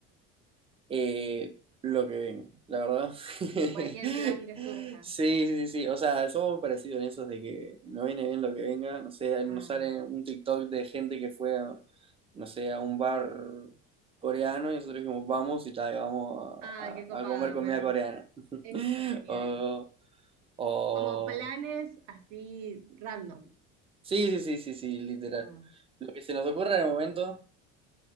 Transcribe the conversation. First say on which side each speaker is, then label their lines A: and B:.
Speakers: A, on the right; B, on the right.
A: Eh, lo que vengo, la verdad. <laughs>
B: Lo- Cualquier plan que surja.
A: Sí, sí, sí, sí. O sea, somos muy parecidos en eso de que no viene bien lo que venga. No sé,
B: Ah,
A: nos sale un TikTok de gente que fue a, no sé, a un bar coreano y nosotros dijimos, vamos y tal, vamos
B: ay,
A: a,
B: qué copado,
A: a- a comer comida
B: me-
A: coreana. <laughs>
B: eso está genial.
A: O, o
B: Como planes así random.
A: Sí, sí, sí, sí, sí, literal.
B: Ah,
A: Lo que se nos ocurra en el momento